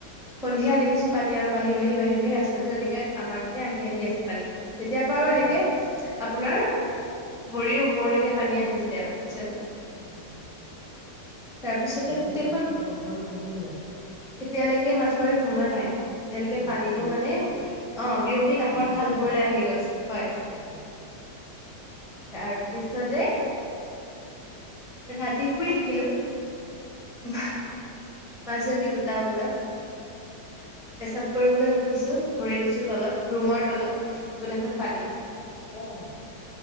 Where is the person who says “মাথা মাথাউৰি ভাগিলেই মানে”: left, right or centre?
Left